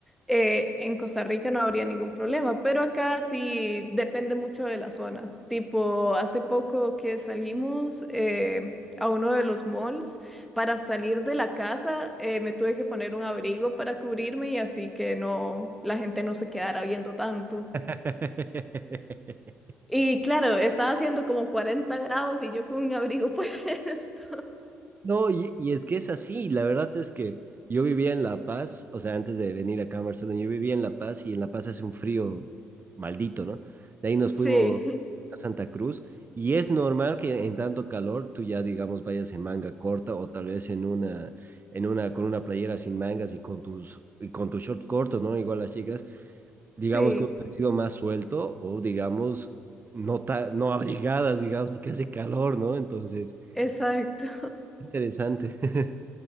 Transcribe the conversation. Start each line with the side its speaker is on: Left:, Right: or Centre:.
Centre: eh, en Costa Rica no habría ningún problema, pero acá sí depende mucho de la zona. Tipo, hace poco que salimos eh, a uno de los malls, para salir de la casa eh, me tuve que poner un abrigo para cubrirme y así que no, la gente no se quedara viendo tanto.
Right: <laughs>
Centre: Y claro, estaba haciendo como 40 grados y yo con un abrigo <laughs> puesto.
Right: No, y, y es que es así, la verdad es que yo vivía en La Paz, o sea, antes de venir acá a Barcelona, yo vivía en La Paz y en La Paz hace un frío maldito, ¿no? De ahí nos fuimos
Centre: Sí,
Right: a Santa Cruz y es normal que en tanto calor tú ya, digamos, vayas en manga corta o tal vez en una, en una, con una playera sin mangas y con tus, y con tu short corto, ¿no? Igual las chicas, digamos,
Centre: sí,
Right: con un vestido más suelto o, digamos, no, ta- no abrigadas, digamos, porque hace calor, ¿no? Entonces,
Centre: exacto.
Right: interesante. <laughs>